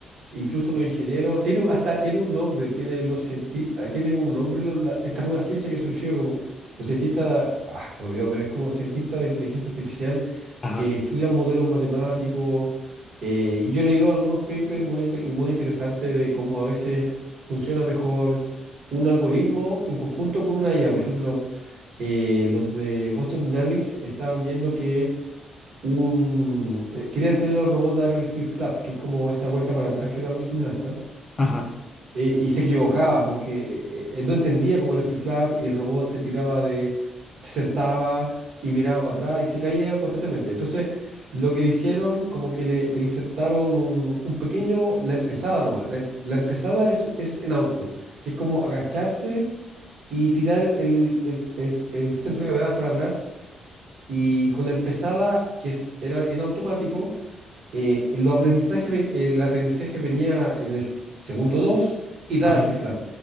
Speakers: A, on the right (about 65°); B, on the left (about 30°).
A: incluso los ingenieros, tiene un- hasta tiene un nombre, tiene los cienti- eh, tiene como un nombre lo- la- esta nueva ciencia que surgió como los cientistas, ah, se me olvidó, pero es como cientistas de inteligencia artificial
B: Ajá,
A: que estudian modelos matemáticos. eh, y yo he leído algunos papers muy, inter- y muy interesantes de cómo a veces funciona mejor un algoritmo en conjunto con una IA. Por ejemplo, eh, los de Boston Dynamics estaban viendo que un... eh, quería enseñarle al robot a dar el flip-flap, que es como esa vuelta para atrás que dan los gimnastas,
B: ajá,
A: eh, y se equivocaba porque eh, eh, no entendía cómo era el flip-flap y el robot se tiraba de... se sentaba y miraba para atrás y se caía constantemente. Entonces, lo que le hicieron, como que le, le insertaron un, un pequeño... la empezada nomás. La, la empezada es, es en auto, que es como agacharse y tirar el, el, el el centro de gravedad para atrás. Y con la empezada, que es- era en automático, eh, los aprendizajes, ven- el aprendizaje venía en el segundo 2 y da
B: ajá,
A: el flip-flap.